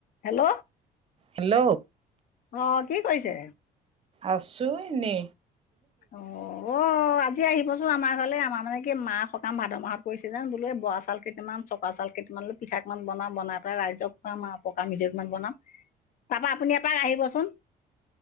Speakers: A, on the left; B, on the right.
A: Hello.
B: Hello.
A: অ, 'কি কৰিছে?
B: আছো এনে
A: অ, 'অ, 'আজি আজি আহিবচোন আমাৰ ঘৰলৈ, আমাৰ মানে কি মা সকাম ভাদ মাহত পৰিছে যেন, বোলো এই বৰা চাউল কেইটান চকোৱা চউাল কেইটামানলৈ পিঠা মান বনাম বনাই পেলাই ৰাইজক খুৱাম আৰু পকা মিঠৈকমান বনাম। তাৰপা আপুনি এপাক আহিবচোন।